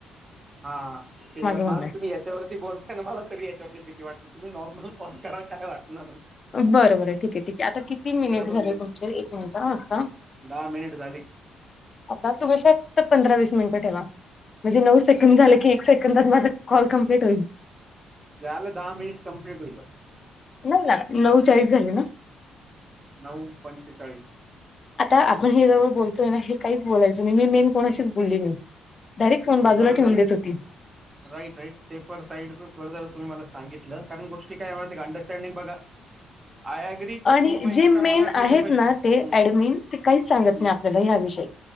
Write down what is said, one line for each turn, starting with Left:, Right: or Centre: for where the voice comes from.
Right: हा
Left: म्हणणं
Right: मला तुम्ही याच्यावरती बोलताय मला तरी याच्यावरती भीती वाटते तुम्ही नॉर्मल कॉल करा काय वाट ना बरं.
Left: बरं बरं ठीक हे, ठीक हे आता किती मिनिट
Right: पण
Left: झाले
Right: बोल
Left: तुमचे एक मिनिट अ आत्ता.
Right: दहा मिनिट झाले
Left: आता तुम्ही फक्त पंधरा वीस मिनिटं ठेवा. म्हणजे नऊ सेकंद झाले की एक सेकंदात माझ कॉल कम्प्लीट होईल.
Right: झालं दहा मिनिट कंप्लीट होईल आता.
Left: नवू लां, नऊ चाळीस झाले ना?
Right: नऊ पंचेचाळीस.
Left: आता आपण हे जवळ बोलतोय नही हे काहीच बोलायचं नाही, मी मेन कोणाशीच बोलली नाही. डायरेक्ट फोन
Right: मं
Left: बाजूला
Right: बरंजाल
Left: ठेवून देत होती
Right: राईट राईट सेफर साईड चं बरंझालं. तुम्ही मला सांगितलं कारण गोष्टी काय माहितीय का अंडरस्टँडिंग बघा आय आय <unintelligible>
Left: आणि
Right: तुम्ही पैसे
Left: जे मेन
Right: कमवताय मी
Left: आहेत
Right: पण पैसे
Left: ना
Right: हूं
Left: ते
Right: हूं!
Left: ऍडमिन ते काहीच सांगत नाही आपल्याला ह्या विषयी